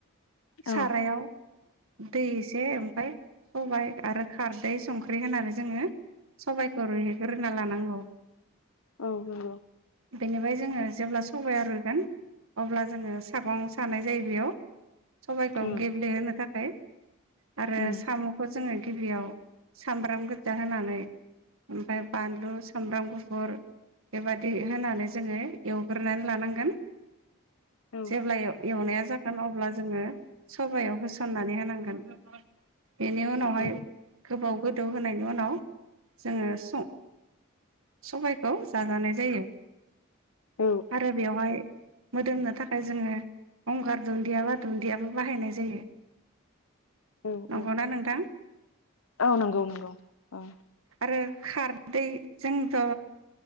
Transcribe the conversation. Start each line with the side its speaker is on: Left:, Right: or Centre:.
Right: सारायाव
Left: औ।
Right: दै इ से ओमफ्राय सबाय आरो खार दै संख्रि होनानै जोङो सबायखौ रुइहोग्रोना लानांगौ।
Left: औ नंगौ।
Right: बेनिफ्राय जोङो जेब्ला सबाया रुयगोन अब्ला जोङो सागं सानाय जायो बेयाव। सबायखौ
Left: औ
Right: गेब्लेहोनो थाखाय आरो
Left: उम
Right: साम'खौ जोङो गिबियाव सामब्राम गोजा होनानै ओमफ्राय बानलु सामब्राम गुफुर बेबादि होनानै जोङो एवग्रोनानै लानांगोन।
Left: औ
Right: जेब्ला एवनाया जागोन अब्ला जोङो सबायाव होसन सननानै होनांगोन। बेनियाव उनावहाय
Left: औ।
Right: गोदौ होनाय यनि उनाव जोङो सं सबायखौ जाजानाय जायो
Left: औ
Right: आरो बेवहाय मोदोमनो थाखाय जोङो गंगार दुन्दिया बा दुन्दियाबो बाहायनाय जायो।
Left: औ
Right: नंगौना
Left: औ।
Right: नोंथां?
Left: औ नंगौ नंगौ औ
Right: आरो खारदै जोंथ'